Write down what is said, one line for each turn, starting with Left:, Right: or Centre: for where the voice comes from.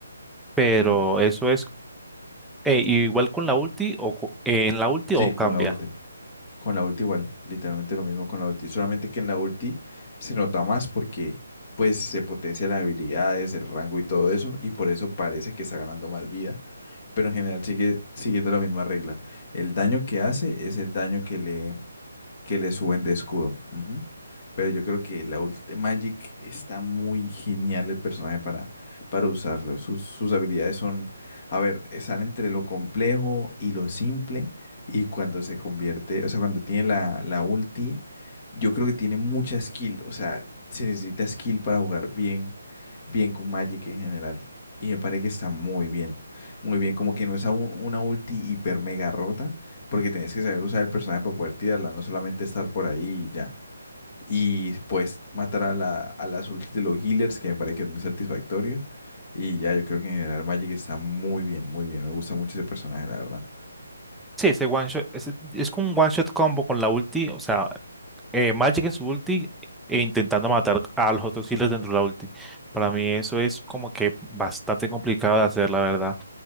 Centre: pero
Left: Ujú.
Centre: eso es eh, igual con la ulti, o cu- eh, en la ulti
Left: Sí,
Centre: o
Left: con
Centre: cambia.
Left: la ulti. Con la ulti igual, literalmente lo mismo con la ulti. Solamente que en la ulti se nota más porque pues se potencian las habilidades, el rango y todo eso, y por eso parece que está ganando más vida pero en general sigue siguiendo la misma regla. El daño que hace es el daño que le, que le suben de escudo. ujú. Pero yo creo que la ult- Magic está muy genial el personaje para, para usarlo. Sus, sus habilidades son, a ver, están entre lo complejo y lo simple. Y cuando se convierte, o sea, cuando tiene la, la ulti, yo creo que tiene mucha skill. O sea, se necesita skill para jugar bien, bien con Magic en general. Y me parece que está muy bien. Muy bien, como que no es a un- una ulti hiper mega rota porque tenés que saber usar el personaje para poder tirarla, no solamente estar por ahí y ya. Y pues matar a la, a las ultis de los healers, que me parece que es muy satisfactorio. Y ya, yo creo que en general Magic está muy bien, muy bien. Me gusta mucho ese personaje, la verdad.
Centre: Sí, ese one shot, ese- es como un one shot combo con la ulti, o sea, eh, Magic en su ulti e intentando matar a los otros healers dentro de la ulti. Para mí eso es como que bastante complicado de hacer, la verdad.